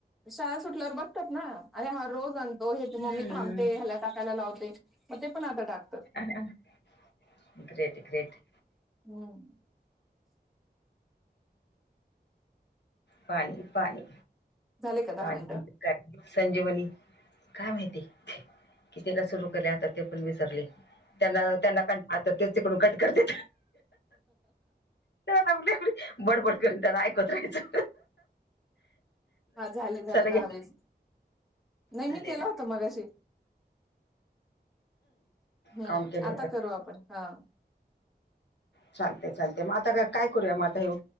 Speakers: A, in the centre; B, on the left (about 80°).
A: शाळा सुटल्यावर बघतात ना, अरे हा रोज आणतो ह्याची
B: हम्म
A: मम्मी थांबते ह्याला टाकायला लावते मग ते पण आता टाकतात.
B: ह ग्रेट ग्रेट
A: हम्
B: पाणी पाणी
A: झाले का
B: पाणी
A: दहा मिनिटं
B: संजीवली काय माहिती कितीला सुरू केल्या आता ते पण विसरले त्यांना त्यांना क हात तेच तिकडून कट करते चली बड बड कर दनायकोतच
A: हा झाले झाले
B: गेले
A: दहा वस नाही
B: झाले
A: मी केला
B: ना
A: हो मगाशी हम्म
B: काउंट केलं होतं
A: आता करू आपण हा.
B: चालते चालते मग आता का काय करूया मग आता हेव.